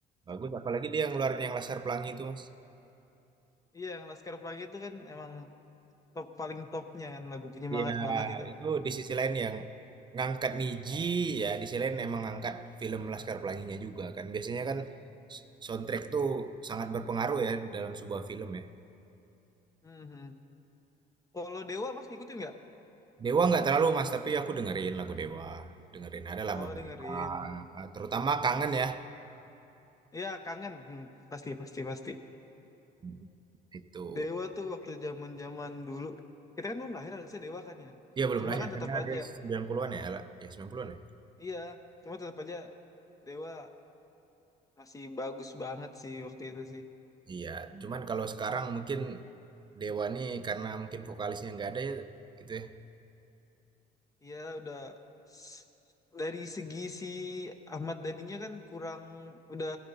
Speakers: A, on the right; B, on the left.
A: bagus apalagi dia yang ngeluarin yang Laskar Pelangi itu mas
B: Iya yang Laskar Pelangi itu kan emang top paling topnya kan lagu penyemangat
A: Iya,
B: banget itu.
A: itu di sisi lain yang ngangkat Niji, ya di sisi lain emang ngangkat film Laskar Pelanginya juga kan. Biasanya kan s- soundtrack tuh sangat berpengaruh ya dalam sebuah film ya.
B: Mhm. Kalau Dewa mas ngikutin nggak?
A: Dewa nggak terlalu mas, tapi aku dengerin lagu Dewa. Dengerin adalah
B: Oh
A: beberapa,
B: dengerin.
A: eh, terutama Kangen ya.
B: Ya kangen. Hmm, pasti pasti pasti.
A: Hmm, Itu.
B: Dewa tuh waktu zaman zaman dulu kita kan belum lahir harusnya Dewa kan ya
A: Iya belum
B: cuma
A: nanya,
B: kan
A: karena
B: tetap
A: ada
B: aja
A: sembilan 90-an ya, Ella? ya 90-an ya.
B: iya cuma tetap aja Dewa masih bagus banget sih waktu itu sih
A: Iya, cuman kalau sekarang mungkin Dewa nih karena mungkin vokalisnya nggak ada ya gitu ya.
B: iya udah s- dari segi si Ahmad Dhaninya kan kurang udah